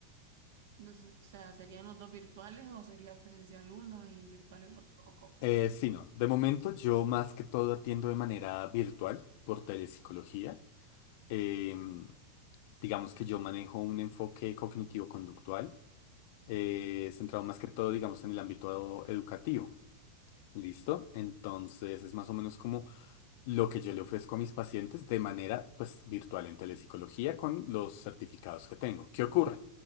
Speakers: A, on the right (about 80°); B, on the left (about 55°).
A: no sé, o sea, ¿serían los dos virtuales o sería presencial uno y virtual el otro? ¿O cómo?
B: Eh, sí, no. De momento yo más que todo atiendo de manera virtual por telepsicología. Em, Digamos que yo manejo un enfoque cognitivo-conductual, eh, centrado más que todo, digamos, en el ámbito educativo. ¿Listo? Entonces es más o menos como lo que yo le ofrezco a mis pacientes de manera pues virtual en telepsicología con los certificados que tengo. ¿Qué ocurre?